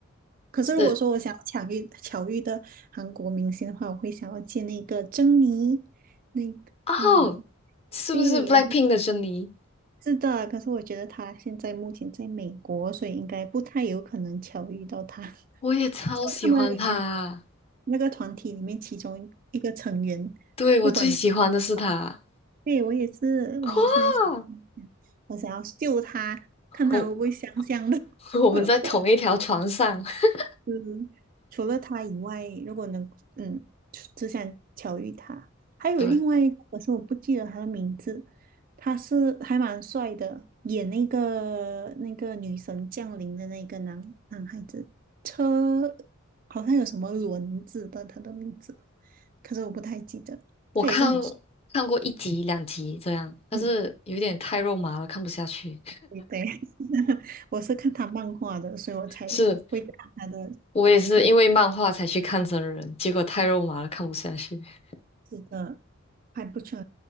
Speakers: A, on the right (about 40°); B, on the left (about 30°).
A: 可是如果说我想要巧遇巧遇的韩国明星的话，
B: 是，
A: 我会想要见那个珍妮，那个，
B: 哦，
A: 嗯，
B: 是不是
A: 对，
B: BLACKPINK
A: 然后。
B: 的珍妮？
A: 是的，可是我觉得他现在目前在美国，所以应该不太有可能巧遇到他。<laughs>
B: 我也超喜欢她，
A: 就他们里面的那个团体里面，其中一个成员，
B: 对，
A: 不管哪个都好
B: 我最喜欢的是她。
A: 对，我也是，
B: 哇，
A: 我也是很想，嗯我想要救他，看他会不会香香的。
B: 我 <laughs> 我们在同一条船上。
A: <laughs>
B: <laughs>
A: 嗯，除了他以外，如果能，嗯，只想巧遇他，还有另外一个，
B: 对，
A: 可是我不记得他的名字，他是还蛮帅的，演那个那个女神降临的那个男男孩子，车好像有什么轮子的，他的名字，可是我不太记得，
B: 我看
A: 他也是很帅，
B: 看过一集两集这样，但是有点太肉麻了，
A: 嗯，
B: 看不下去。
A: 对对，<laughs> 我是看他漫画的，所以我才会看他的，
B: 是我也是因为漫画才去看真人，
A: 他的。
B: 结果太肉麻了，看不下去。<laughs>
A: 是的，还不错。